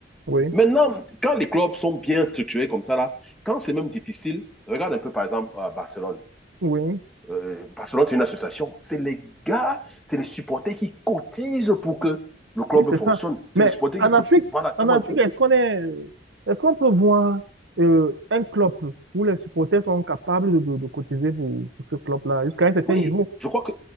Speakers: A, on the right; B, in the centre.
A: Oui,
B: Maintenant, quand les clubs sont bien structurés comme ça, là, quand c'est même difficile, regarde un peu par exemple à Barcelone.
A: oui.
B: Euh, Barcelone, c'est une association. C'est les gars, c'est les supporters qui cotisent pour que le club
A: Oui, c'est
B: fonctionne.
A: ça.
B: C'est
A: Mais
B: les supporters
A: en
B: qui cotisent.
A: Afrique,
B: Voilà, tu
A: en
B: vois
A: Afrique,
B: un peu.
A: est-ce qu'on est, euh, est-ce qu'on peut voir euh, un club où les supporters sont capables de, de, de cotiser pour, pour ce club-là jusqu'à un certain
B: Oui,
A: niveau?
B: je crois que.